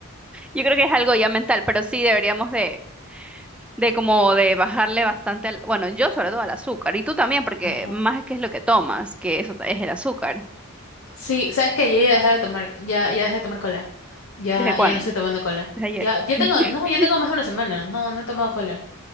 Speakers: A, in the centre; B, on the left (about 75°).
A: Yo creo que es algo ya mental, pero sí deberíamos de, de como de bajarle bastante, al- bueno, yo sobre todo al azúcar, y tú también, porque
B: Ajá.
A: más es que es lo que tomas, que eso es el azúcar.
B: Sí, sabes que yo ya dejé de tomar, ya, ya dejé de tomar cola. Ya,
A: ¿Desde cuándo?
B: ya no estoy tomando cola.
A: Desde ayer.
B: Ya, ya
A: <laughs>
B: tengo, no, yo tengo más de una semana. No, no he tomado cola.